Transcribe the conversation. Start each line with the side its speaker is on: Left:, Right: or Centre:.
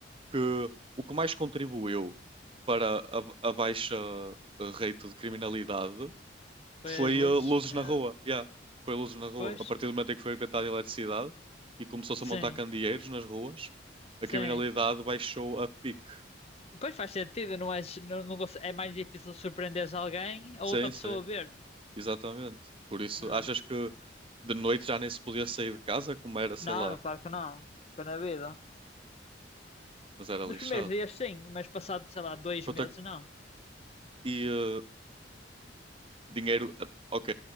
Right: que o que mais contribuiu para a, a baixa eh, rate de criminalidade
Left: Foi
Right: foi
Left: as luzes,
Right: eh, luzes
Left: é.
Right: na rua. Yeah, foi luzes na rua.
Left: Pois,
Right: A partir do momento em que foi inventada a eletricidade e começou-se
Left: sim,
Right: a montar candeeiros nas ruas, a
Left: sim.
Right: criminalidade baixou a pique.
Left: Pois faz sentido, não é, não, não, conse- é mais difícil surpreender alguém ou
Right: Sim,
Left: outra
Right: sim,
Left: pessoa ver.
Right: exatamente. Por isso,
Left: é.
Right: achas que de noite já nem se podia sair de casa, como era, sei
Left: Não,
Right: lá.
Left: não, claro que não. Foi na vida.
Right: Mas era
Left: Nos
Right: lixado.
Left: primeiros dias, sim, mas passado, sei lá, dois
Right: Quanto
Left: meses,
Right: a-
Left: não.
Right: E eh, dinheiro, eh, ok.